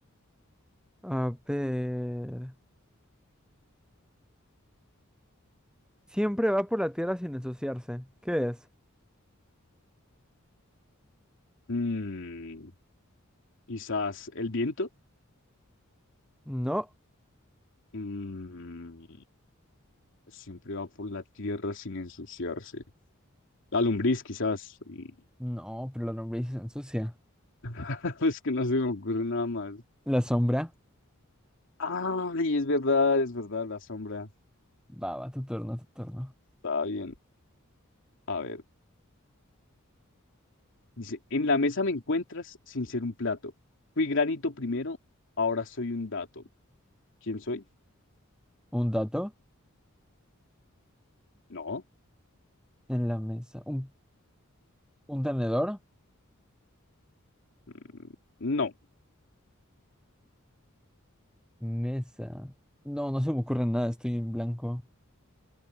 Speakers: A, in the centre; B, on the left (about 65°).
A: A ver. Siempre va por la tierra sin ensuciarse. ¿Qué es?
B: Mm, quizás el viento.
A: No.
B: Mm, siempre va por la tierra sin ensuciarse. La lombriz, quizás. Y-
A: No, pero la lombriz se ensucia.
B: <laughs> Pues que no se me ocurre nada más.
A: La sombra.
B: Ay, es verdad, es verdad, la sombra.
A: Va, va, tu turno, tu turno.
B: Está bien. A ver. Dice, en la mesa me encuentras sin ser un plato. Fui granito primero, ahora soy un dato. ¿Quién soy?
A: Un dato
B: No.
A: en la mesa. Un, un tenedor.
B: Mm, No,
A: Mesa. No, no se me ocurre nada, estoy en blanco.